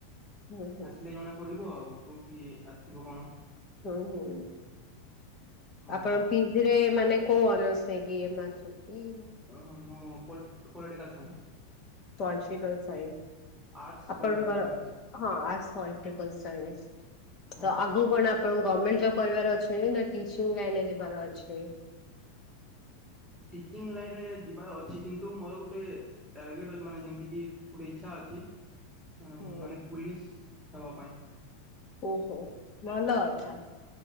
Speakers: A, on the left; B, in the centre.
A: ହୁଁ ହୁଁ
B: ଆସିଲେ ଜଣା ପ ପଡିବ ଆଉ କୋଉଠି ଆସିବ କଣ।
A: ହୁଁ ହୁଁ
B: ହଁ।
A: ଆପଣ ପିଜି ରେ ମାନେ କୋଉ ଅନର୍ସ ହେଇଚି ଏ ମା ଛକେ
B: ହଁ ମୁଁ ପଲ ପାଲିଟିକାଲ୍ ସାଇନ୍ସ।
A: ତ ଆଛି ସାଇନ୍ସି।
B: ଆର୍ଟସ୍
A: ଆପଣଙ୍କର
B: ପଲିଟିକାଲ୍ ସାଇନ୍ସ
A: ହଁ ଆ ଟା ଇଣ୍ଟର ପ୍ରଶିକ୍ଷଣ ସ୍ୱାଇଁ
B: ହଁ
A: ତ ଆଉ ମୁଁ କହିଲି ଆପଣଙ୍କୁ ଗଭର୍ଣ୍ଣମେଣ୍ଟ ଜବ କରିବାର ଅଛି, ନା ଟିଚିଂ ଲାଇନ ରେ ଯିବାର ଅଛି।
B: ଟିଚିଂ ଲାଇନ ରେ ଯିବାର ଅଛି କିନ୍ତୁ ମୋର ଗୁଟେ ଟାର୍ଗେଟ ଅଛି ମାନେ ଯେମିତି କି ଗୁଟେ ଇଚ୍ଛା ଅଛି। ହଁ
A: ହୁଁ
B: ମାନେ ପୁଲିସ୍ ହେବା ପାଇ।
A: ଓହ ଭଲ କଥା।